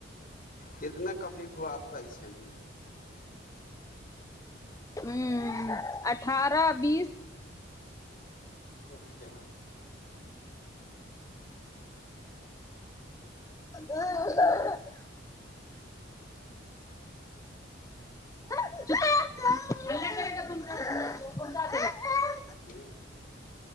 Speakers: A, on the left; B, on the left.
A: کتنا کمپلیٹ ہوا آپ کا اس سےم بھی
B: ہوں اٹھارہ بیس
A: اچھا
B: <inaudible> ہ ال کر ت فن ج
A: ج